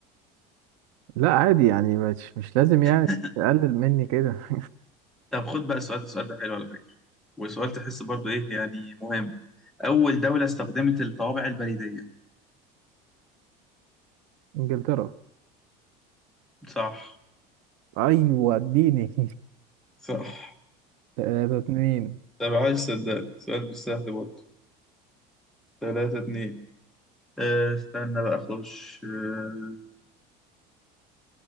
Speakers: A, on the right; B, in the centre.
A: لا عادي يعني مش مش لازم يعني
B: <laughs>
A: تقلل مني كده
B: طب خد بقى السؤال ده السؤال ده حلو على فكرة وسؤال تحس برضو ايه يعني مهم أول دولة استخدمت الطوابع البريدية
A: <laughs> إنجلترا
B: صح
A: أيوة اديني
B: صح
A: <laughs> تلاتة اتنين
B: طب عايز صدق سؤال مش سهل برضه ثلاثة اتنين أه، استنى بقى أخش أه،